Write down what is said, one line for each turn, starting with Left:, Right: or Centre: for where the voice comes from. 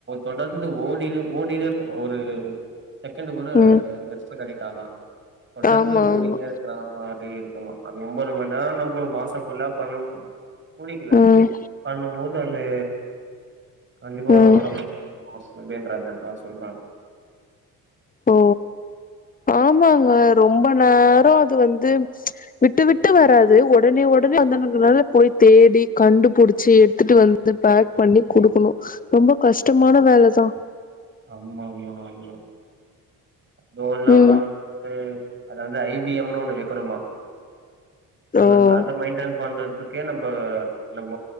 Right: தொடர்ந்து ஓடினே ஓடினே இருக்கும் ஒரு செகண்ட் கூட
Left: ம்
Right: ரெஸ்ட் கெடைக்காதா தொடர்ந்து
Left: ஆமா
Right: ஓடின்னே
Left: ஆமா
Right: இருக்கற மாரி இருக்குமா அது ஒன்பது மணி நேரம் நம்ம மாச ஃபுல்லா பண்ணணு குடிக்கல
Left: ம்
Right: பண்ணும் போது அது கண்டிப்பா
Left: ம்
Right: அது உடம்பு <unintelligible> அவங்க அதா சொல்ராங்க
Left: ஓ ஆமாங்க ரொம்ப நேரோ அது வந்து விட்டு விட்டு
Right: ம்
Left: வராது உ உடனே உடனே வந்ததுனால போய் தேடி கண்டுபுடிச்சு எடுத்துட்டு வந்து பேக் பண்ணி குடுக்கணு ரொம்ப கஷ்டமான வேல தா
Right: ஆமாமா ஆமா அதுவு இல்லாம
Left: ம்
Right: வந்து அத வந்து ஐ பி எம் னு ஒண்ணு வைக்கணுமா அது
Left: ஓ
Right: வந்து அத மெயின்டென் பண்றதுக்கே நம்ம நம்ம